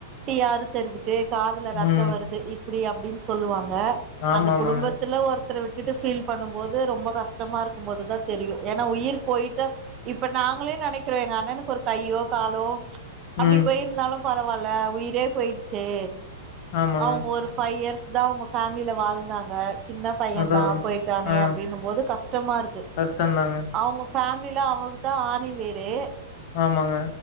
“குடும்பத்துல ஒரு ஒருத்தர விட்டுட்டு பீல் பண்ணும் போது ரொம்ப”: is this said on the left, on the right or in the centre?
Right